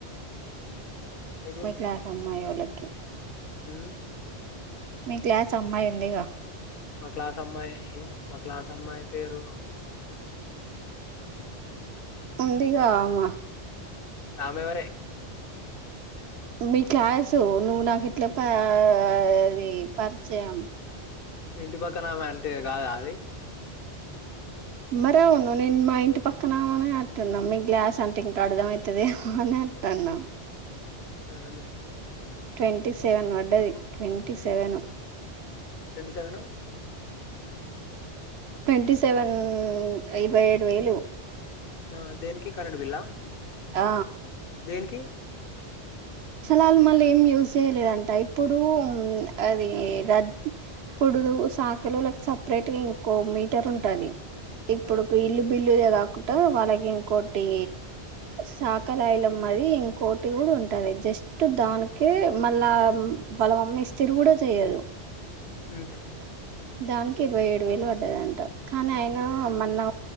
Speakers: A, on the left (about 60°); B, on the right (about 70°).
A: ఎందుకు
B: మా క్లాస్ అమ్మాయోల్లకి
A: మ్మ్
B: మీ క్లాస్ అమ్మాయి ఉందిగా
A: మా క్లాస్ అమ్మాయి మా క్లాస్ అమ్మాయి పేరు
B: ఉందిగా ఆమ
A: అమెవరే
B: మీ క్లాసు నువ్వు నాకిట్ల పా అది పరిచయం
A: మీ ఇంటి పక్కన వెంటి కాదా అది
B: మరే ఆవును నిన్ మా ఇంటి పక్కన అమేనే అట్ నమ్మి గ్లాస్ అంటే ఇంకా అర్ధం అయితది అనే వత్తన్నా
A: సరేలే
B: ట్వంటీ సెవెన్ పడ్డది ట్వంటీ సెవెన్
A: రెండు సెవేను
B: ట్వంటీ సెవెన్ ఇరవై ఏడు వేలు
A: ఆ దేనికి కరెంట్ బిల్లా
B: ఆ
A: దేనికి
B: అసలు వాళ్ళు ఏమి యూజ్ చేయలేదంట ఇప్పుడు అది రత్ ఇప్పుడు ఇప్పుడు సాకులోళ్ళకి సపరేట్ గా ఇంకో మీటర్ ఉంటది ఇప్పుడు
A: ఆ
B: ఇల్లు బిల్లుదే కాకుండా వాళ్ళకి ఇంకోటి సాకలాయిలమ్మది ఇంకోటి కూడా ఉంటది జస్ట్ దానికే మళ్ళా వాళ్ళ మమ్మీ ఇస్తరు కూడా చెయ్యదు
A: మ్మ్
B: దానికి ఇరవై ఏడు వేలు పడ్డదంట కానీ ఆయన మొన్న